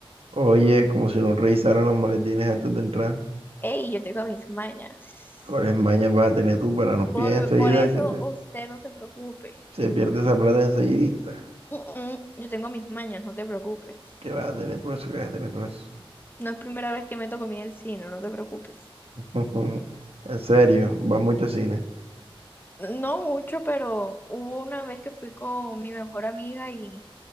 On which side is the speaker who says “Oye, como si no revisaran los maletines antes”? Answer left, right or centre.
Right